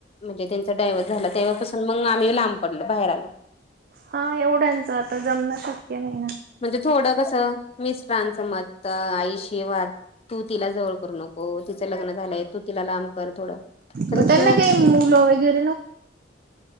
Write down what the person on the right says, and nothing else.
हां, एवढ्यांचं आता, जमणं शक्य नही ना?
म त्यांना
काही मुलं, वगैर